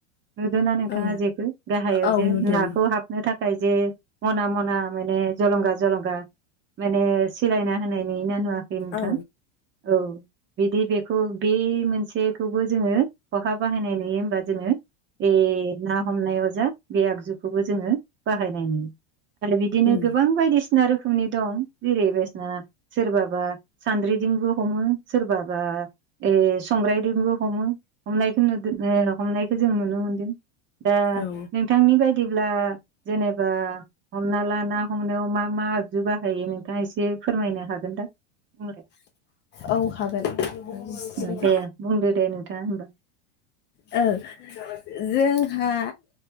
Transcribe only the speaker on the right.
नुदोंना नोंथाङा
जेखो गाहायाव
जे
नाखौ हाब नो थाखाय जे मना मना माने जलंगा जलंगा। माने सिलायना होनायनि ना नुवा बि नोंथां
औ बिदि बेखौ बे मोनसे बेखौबो जोङो खहा बाहायनाय नुयो होमबा जोङो ए ना हमनायाव जा बे आगजुखौबो जोङो बाहायनाय नुयो। आरो बिदिनो
गोबां बायदिसिना रोखोमनि दं जेरै बेसना सोरबाबा सान्द्रिदिंबो हमो सोरबाबा ए संग्रायदोंबो हमो हमनायखौ नुदो ओ हमनायखौ जों नुनो मोनो। दों। दा
नोंथांनि बायदिब्ला जेनेबा हमना ला ना हमनायाव मा मा आगजु बाहायो नोंथाङा एसे फोरमायनो हागोन दा बुंलाय।
ओ दे बुंदो दे नोंथाङा होमबा